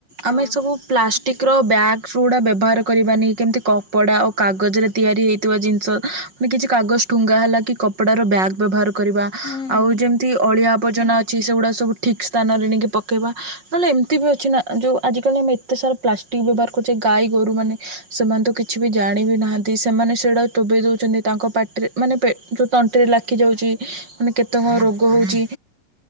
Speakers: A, on the left; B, on the right.
A: ହଁ
B: ଆମେ ସବୁ
A: ହଁ
B: ପ୍ଲାଷ୍ଟିକ ର ବ୍ୟାଗ୍ ସ୍ ଗୁଡ଼ା ବ୍ୟବହାର କରିବା ନେଇ, କେମିତି କପଡ଼ା ଆଉ କାଗଜରେ ତିଆରି ହେଇଥିବା ଜିନିଷ ନେ କିଛି କାଗଜ ଠୁଙ୍ଗା ହେଲା କି, କପଡା ର ବ୍ୟାଗ୍ ବ୍ୟବହାର କରିବା।
A: ହୁଁ
B: ଆଉ ଯେମତି ଅଳିଆ ଆବର୍ଜନା ଅଛି, ସେଗୁଡା ସବୁ ଠିକ୍ ସ୍ ସ୍ଥାନରେ ନେଇକି ପକେଇବା। ନହେଲେ ଏମିତି ବି ଅଛି ନା, ଯଉ ଆଜିକାଲି ଆମେ ଏତେ ସାରା ପ୍ଲାଷ୍ଟିକ୍ ବ୍ୟବହାର କୋଚେ ଗାଈ ଗୋରୁ ମାନେ ସେମାନେ ତ କିଛି ବି ଜାଣି ବି ନାହାଁନ୍ତି? ସେମାନେ ସେଇଡା ଟୋବେଇ ଦଉଛନ୍ତି, ତାଙ୍କ ପାଟିରେ ମାନେ ପେ ଯଉ ତଣ୍ଟିରେ ଲାଖି ଯାଉଛି। ମାନେ କେତେ କଣ ରୋଗ ହଉଚି?